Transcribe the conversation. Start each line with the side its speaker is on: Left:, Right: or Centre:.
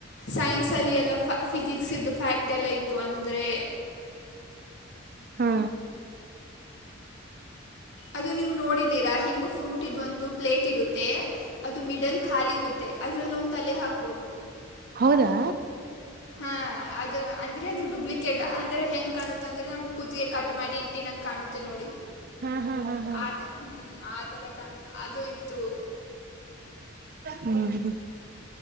Left: ಸೈನ್ಸ್ ಅಲ್ಲಿ ಎಲ್ಲಫ ಫಿಸಿಕ್ಸ್ ದ್ದು ಫ್ಯಾಕ್ಟ್ ಎಲ್ಲ ಇತ್ತು. ಅಂದರೆ,
Right: ಹ್ಮ
Left: ಅದು ನೀವು ನೋಡಿದೀರಾ? ಹಿಂಗ ಫ್ರೂಟ್ ಇದು ಒಂದು ಪ್ಲೇಟ್ ಇರುತ್ತೆ ಅದು ಮಿಡಲ್ ಖಾಲಿ ಇರುತ್ತೆ ಅದ್ರಲ್ಲಿ ನಾವು ತಲೆ ಹಾಕ
Right: ಹೌದಾ?
Left: ಹಾ ಅದು ಅಂದ್ರೆ ಅದು ಡುಪ್ಲಿಕೇಟ್. ಹೆಂಗ್ ಕಾಣುತ್ತ ಅಂದ್ರೆ ನಮ ಕುತ್ತಿಗೆ ಕಟ್ ಮಾಡಿ ಇಟ್ಟಿ ನಂಗ ಕಾಣುತ್ತೆ ನೋಡಿ
Right: ಹಾ ಹಾ ಹಾ ಹಾ
Left: ಆತ ಹ್ಮ್ ಆತರ ಕಾಣತ್ತೆ ಅದು ಇತ್ತು.
Right: ಹ್ಮ್ ಹ್ಮ್